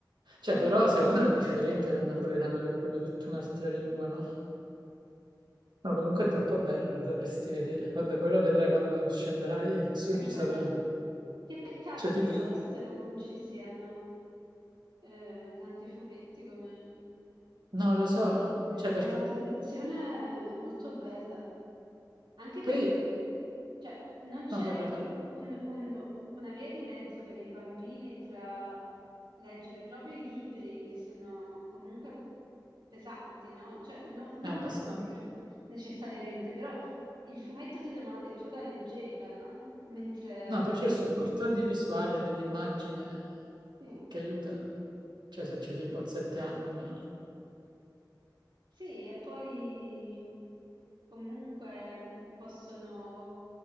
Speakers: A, on the right; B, on the right.
A: cioè
B: mm.
A: però secondo me è differente dal napoletano che è proprio tutta un'altra lingua, no? No, comunque è troppo bello, lo dovresti vedere. Vabbè, poi lo vedrai quando scenderai sull'isola,
B: Che bello. Che peccato
A: cioè tipo...
B: che all'estero non ci siano eh, tanti fumetti come,
A: No, lo
B: come
A: so,
B: in Italia.
A: cioè perché...
B: È una tradizione molto bella, anche perché
A: Poi...
B: cioè, non c'è
A: No, parla, parla,
B: un- un- una via di mezzo per i bambini tra leggere proprio i libri che sono comunque pesanti, no? Cioè, no- non
A: è abbastanza.
B: pesanti per- necessariamente, però il fumetto ti dà una lettura leggera, no? Mentre
A: No, poi c'è
B: invece
A: il supporto
B: il libro...
A: di visuale dell'immagine
B: Sì.
A: che aiuta. Cioè, se c'è tipo a sette anni, no?
B: Sì, e poi comunque mh, possono